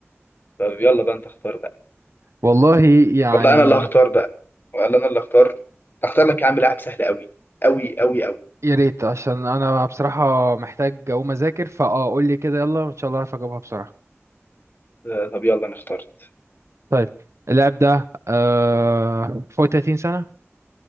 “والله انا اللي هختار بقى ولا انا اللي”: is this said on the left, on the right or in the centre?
Left